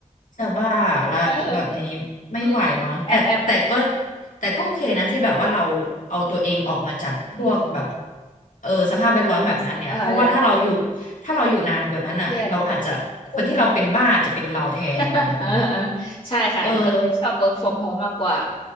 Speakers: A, on the left; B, on the left.
A: จะบ้าละแบบนี้ไม่ไหวมั้งแต่แต่ก็
B: เอออืมอืมแอมแอม
A: แต่ก็โอเคนะที่แบบว่าเราเอาตัวเองออกมาจากพวกแบบ
B: อืม
A: เออสภาพแวดล้อมแบบนั้นเนี่ยเพราะว่าถ้าเราอยู่
B: ทอกเออเดี๋ยว
A: ถ้าเราอยู่นานกว่านั้นอ่ะเราอาจจะคนที่เราเป็นบ้าจะเป็นเราแทนอะไรแบบเนี้ย
B: เครียด <laughs> เออเออใช่ค่ะแอมก็เลยชอบ
A: เออ
B: work from home มากกว่า